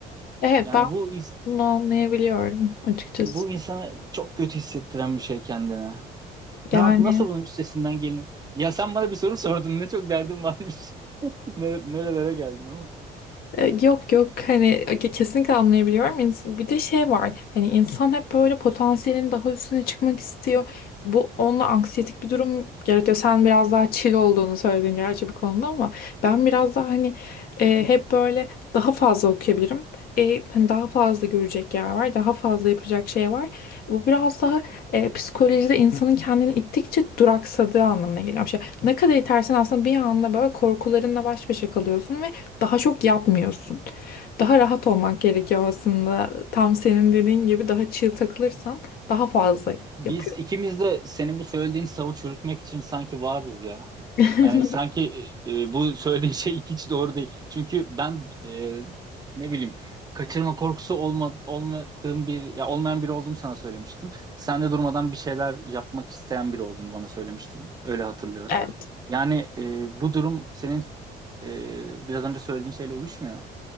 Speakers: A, on the left (about 65°); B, on the right (about 25°).
A: Evet
B: Yani
A: ben
B: bu
A: bunu anlayabiliyorum açıkçası.
B: bu insana çok kötü hissettiren bir şey kendine. Ne
A: Yani
B: yap, nasıl bunun üstesinden gelinir? Ya sen bana bir soru sordun. Ne çok derdim varmış. <laughs> Ne, nerelere geldim ama.
A: E, Yok yok hani e, kesinlikle anlayabiliyorum. İns- Bir de şey var hani insan hep böyle potansiyelin daha üstüne çıkmak istiyor. Bu onunla anksiyetik bir durum yaratıyor. Sen biraz daha chill olduğunu söyledin gerçi bir konuda ama ben biraz daha hani e, hep böyle daha fazla okuyabilirim. E, hani daha fazla görecek yer var, daha fazla yapacak şey var. Bu biraz daha e, psikolojide insanın kendini ittikçe duraksadığı anlamına geliyor. Şey, ne kadar itersen aslında bir anda böyle korkularınla baş başa kalıyorsun ve daha çok yapmıyorsun. Daha rahat olmak gerekiyor aslında. Tam senin dediğin gibi daha çığ takılırsan daha fazla
B: Biz
A: yapıyor.
B: ikimiz de senin bu söylediğin savı çürütmek için sanki varız ya.
A: <laughs>
B: Hani sanki e, bu söylediğin şey hiç doğru değil. Çünkü ben e, ne bileyim kaçırma korkusu olma, olmadığım bir ya olmayan biri olduğumu sana söylemiştim. Sen de durmadan bir şeyler yapmak isteyen biri olduğunu bana söylemiştin. Öyle hatırlıyorum.
A: Evet.
B: Yani e, bu durum senin e, biraz önce söylediğin şeyle uyuşmuyor.